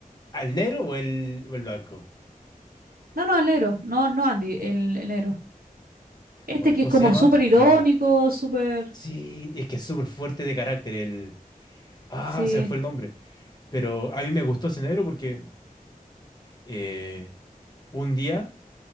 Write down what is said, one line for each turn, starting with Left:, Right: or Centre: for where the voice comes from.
Left: ¿Al negro o el, o el blanco?
Right: No, no, el negro. No, no Andy, el, el negro. Este
Left: Oye,
Right: que
Left: ¿cómo
Right: es como
Left: se llama?
Right: súper
Left: Era.
Right: irónico, súper...
Left: Sí, es que es súper fuerte de carácter el. Ah,
Right: Sí,
Left: se me fue el nombre. Pero a mí me gustó ese negro porque eh, un día,